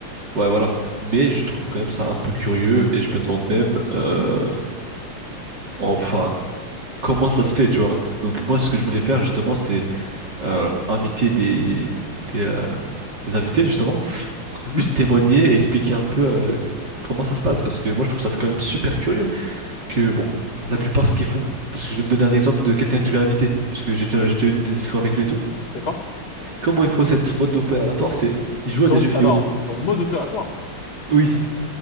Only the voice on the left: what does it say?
Mhm,
D'accord.
So,
alors, son mode opératoire,